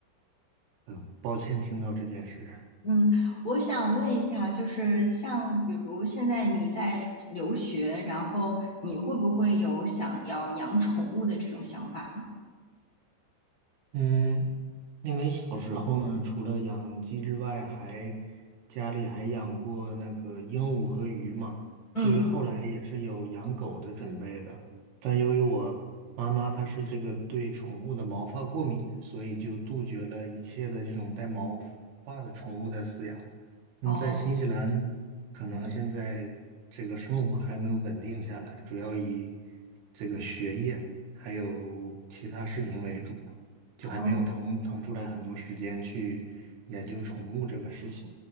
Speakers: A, on the right (about 75°); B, on the left (about 25°).
A: 呃，抱歉听到这件事。
B: 嗯，我想问一下，就是像比如现在你在留学，然后你会不会有想要养宠物的这种想法呢？
A: 嗯，因为小时候呢，除了养鸡之外，还家里还养过那个鹦鹉和鱼嘛。
B: 嗯嗯，
A: 至于后来也是有养狗的准备的，但由于我妈妈她是这个对宠物的毛发过敏，所以就杜绝了一切的这种带毛发的宠物的饲养。嗯，
B: 哦
A: 在新西兰，可能现在这个生活还没有稳定下来，主要以这个学业还有其他事情为主。就还没有腾腾出来很多时间去研究宠物这个事情。
B: 哦，